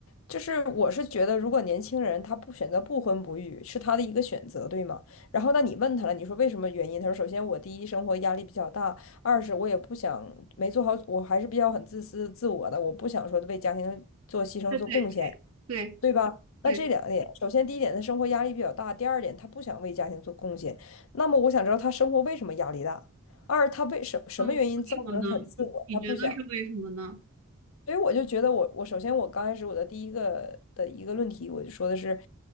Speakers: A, on the left; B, on the right.
A: 就是我是觉得，如果年轻人他不选择不婚不育，是他的一个选择，对吗？然后那你问他了，你说为什么原因？他说，首先我第一生活压力比较大，二是我也不想没做好，我还是比较很自私自我的，我不想说为家庭做牺牲做贡献，
B: 对对对
A: 对吧？
B: 对，
A: 那这两点，首先第一点，他生活压力比较大；第二点，他不想为家庭做贡献。那么我想知道他生活为什么压力大？二，他为什什么原因造成很自我？
B: 啊，为什么呢？你你觉得是为什么呢？
A: 他不想。所以我就觉得我，我首先我刚开始我的第一个的一个论题，我就说的是，